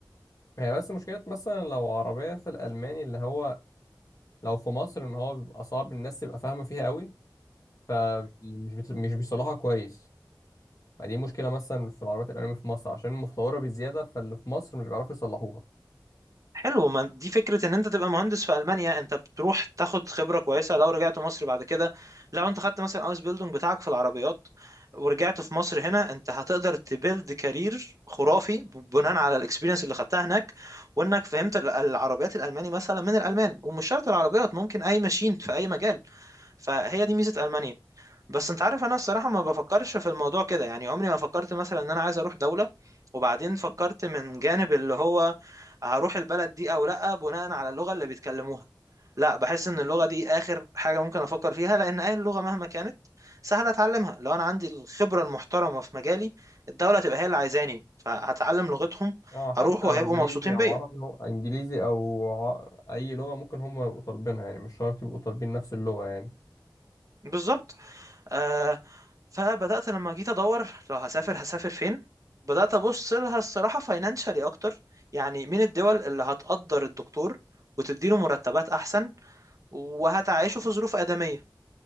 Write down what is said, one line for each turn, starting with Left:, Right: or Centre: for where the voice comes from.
Left: هي بس مشكلة مثلا لو عربية في الألماني اللي هو لو في مصر إن هو بيبقى صعب الناس تبقى فاهمة فيها قوي فمش بت... مش بيصلحها كويس ما دي مشكلة مثلا في العربيات الألمانية في مصر عشان متطورة بزيادة فاللي في مصر مش بيعرفوا يصلحوها
Right: حلو ما دي فكرة ان انت تبقى مهندس في المانيا انت بتروح تاخد خبرة كويسة لو رجعت مصر بعد كده لو انت خدت مثلا ايس بيلدونج بتاعك في العربيات ورجعت في مصر هنا انت هتقدر تبيلد كارير خرافي بناء على الاكسبيرينس اللي خدتها هناك وانك فهمت ال- العربيات الالماني مثلا من الالمان ومش شرط العربيات ممكن اي ماشين في اي مجال فهي دي ميزة المانيا بس انت عارف انا الصراحه ما بفكرش في الموضوع كده يعني عمري ما فكرت مثلا ان انا عايز اروح دوله وبعدين فكرت من جانب اللي هو هروح البلد دي او لا بناء على اللغه اللي بيتكلموها لا بحس ان اللغه دي اخر حاجه ممكن افكر فيها لان اي لغه مهما كانت سهله اتعلمها لو انا عندي الخبره المحترمه في مجالي الدوله تبقى هي اللي عايزاني فهتعلم لغتهم
Left: اه حتى
Right: هروح وهيبقوا
Left: انجليزي
Right: مبسوطين
Left: او
Right: بيا
Left: عربي هو انجليزي او ع... اي لغه ممكن هم يبقوا طالبينها يعني مش شرط يبقوا طالبين نفس اللغه يعني
Right: بالظبط آه فبدأت لما جيت أدور لو هسافر هسافر فين بدأت أبص لها الصراحة فاينانشالي أكتر يعني مين الدول اللي هتقدر الدكتور وتديله مرتبات أحسن وهتعيشه في ظروف آدمية